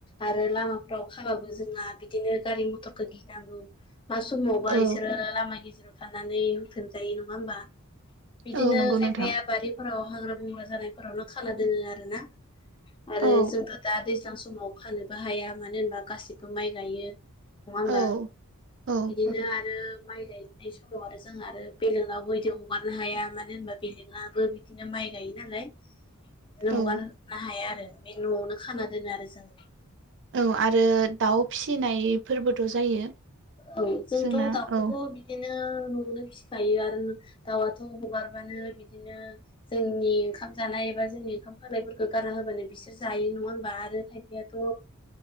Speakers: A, on the left; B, on the right.
A: आरो लामाफ्राव खाबाबो जोंहा बिदिनो गारि मथरखौ गि गिनांगौ मा समावबा
B: औ
A: बिसोरो लामा गेजेराव थानानै हुख्रेमजायो नङा होमबा बिदिनो
B: औ नंगौ
A: खायफाया
B: नोंथां
A: बारिफोराव हाग्रा बंग्रा जानायफोरावनो खाना दोनो आरो ना आरो
B: औ
A: जोंथ' दा दैज्लां समाव खानोबो हाया मानो होनबा गासिबो माइ गायो नङा होमबा
B: औ औ
A: बिदिनो आरो माइ गाय नाय समाव आरो जोंहा आरो बेलेगनावबो बिदि हगारनो हाया मानो होनबा बेलेग अब्लाबो बिदिनो माइ गायो नालाय बिदिनो
B: औ
A: हगारनो हाया आरो बे न'आवनो खाना दोनो आरो जोङो
B: औ आरो दाउ फिसिनायफोरबोथ' जायो
A: औ जोंथ'
B: जोंना
A: दाउखौथ'
B: औ
A: बिदिनो न'आवनो फिखायो आरो दाउआ' थ' हगारबानो बिदिनो जोंनि ओंखाम जानाय एबा जोंनि ओंखाम खालायफोरखौ गारना होबानो बिसोर जायो नङा होनबा आरो खायफायाथ'